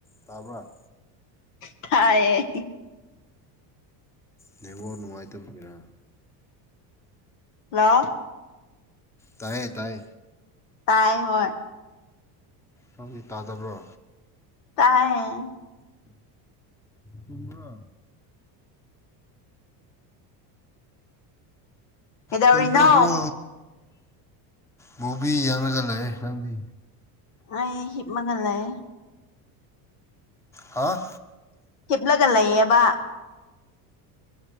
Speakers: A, in the centre; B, on the left (about 75°).
A: ꯇꯥꯕ꯭ꯔꯥ
B: ꯊꯥꯌꯦ
A: ꯅꯦꯋꯥꯛ ꯅꯨꯡꯉꯥꯏꯇꯕꯒꯤꯔꯥ
B: ꯍꯜꯂꯣ
A: ꯇꯥꯏꯌꯦ ꯇꯥꯏ
B: ꯇꯥꯏ ꯍꯣꯏ
A: ꯅꯪꯗꯤ ꯇꯥꯗꯕ꯭ꯔꯣ
B: ꯇꯥꯏꯌꯦ
A: ꯇꯨꯝꯕ꯭ꯔꯥ
B: ꯀꯩꯗꯧꯔꯤꯅꯣ
A: ꯇꯨꯝꯔꯕ꯭ꯔꯣ ꯃꯨꯕꯤ ꯌꯦꯡꯂꯒ ꯂꯩꯌꯦ ꯅꯪꯗꯤ
B: ꯑꯩ ꯍꯤꯞꯃꯒ ꯂꯩ
A: ꯍꯥꯥ
B: ꯍꯤꯞꯂꯒ ꯂꯩꯌꯦꯕ